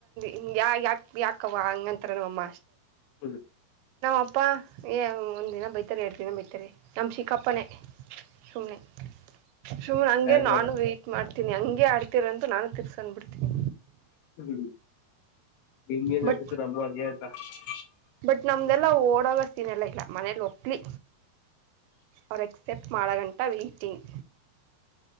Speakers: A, on the right (about 85°); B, on the left (about 75°).
A: ಇ ಯ ಯಾಕ ಯಾಕವ ಹಂಗ ನಾಮ್ಮ್
B: ಹ್ಮ್
A: ಅಪ್ಪ ಏ ಒಂದು ದಿನ ಬೈತಾರೆ ಎರಡು ದಿನ ಬೈತಾರೆ ನಮ್ಮ ಚಿಕಪ್ಪನೇ ಸುಮ್ನೆ ಸುಮ್ನೆ ಹಂಗೆ
B: ಲ್ಯಾಗ್
A: ನಾನು
B: ಮಾಡ
A: ವೈ್ಟಟ್ ಮಾಡ್ತಿ ನಿ ಹಂಗೆ ಆಡ್ತಿೀರ ಅಂತ ನಾನು ತಿರ್ಸಕ್ಬಿಡ್ತೀನಿ
B: ಹ್ಮ ನೀನಗ ಎನ್ ನ
A: ಬಟ್
B: ಹಂತ
A: ಬಟ್ ನಮ್ದಲ್ಲ ಓಡವ ಸೀನ್ ಎಲ್ಲ ಇಲ್ಲ ಮನೇಲಿ ಒಪ್ಲಿ ಅವ್ರ ಎಕ್ಸೆಪ್ಟ್ ಮಾಡ ಗಂಟ ವೇ್ಟಿಂಗ್